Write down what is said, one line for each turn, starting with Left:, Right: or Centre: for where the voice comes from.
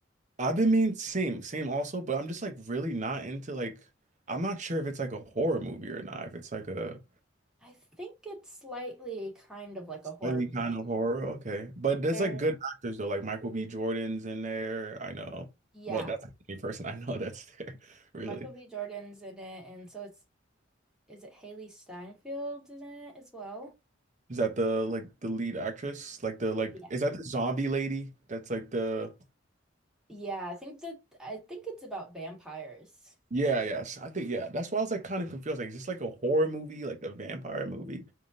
Right: I've been mean same, same also, but I'm just like really not into like I'm not sure if it's like a horror movie or not, if it's like a
Centre: I think it's slightly kind of like a horror
Right: Really kind
Centre: movie.
Right: of horror, okay. But there's
Centre: There,
Right: like good actors though, like Michael B. Jordan's in there. I know.
Centre: yeah,
Right: Well, that's the only person I know that's there, <laughs> really.
Centre: Michael B. Jordan's in it, and so it's is it Haley Steinfeld in it as well?
Right: Is that the like the lead actress? Like the like
Centre: Yeah.
Right: is that the zombie lady? That's like the
Centre: Yeah, I think that I think it's about vampires.
Right: yeah, yes. I think yeah. That's why I was like kind of confused. Like, is this like a horror movie, like a vampire movie?